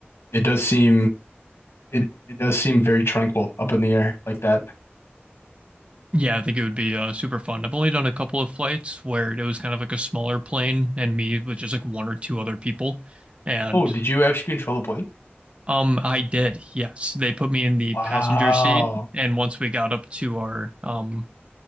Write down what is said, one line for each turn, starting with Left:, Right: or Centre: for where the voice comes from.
Left: it does seem It it does seem very tranquil up in the air like that.
Right: Yeah, I think it would be uh, super fun. I've only done a couple of flights where it was kind of like a smaller plane and me with just like one or two other people. And
Left: Oh, did you actually control the plane?
Right: um I did. Yes, they put me in the
Left: Wow.
Right: passenger seat and once we got up to our um